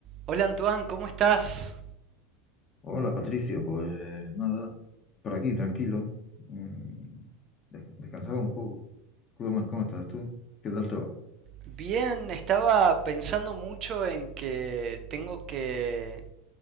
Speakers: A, on the right; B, on the left.
A: Hola Antoine, ¿cómo estás?
B: Hola Patricio, pues nada, por aquí tranquilo, mm, des- descansaba un poco. ¿Cómo, cómo estás tú? ¿Qué tal te va?
A: Bien, estaba pensando mucho en que tengo que,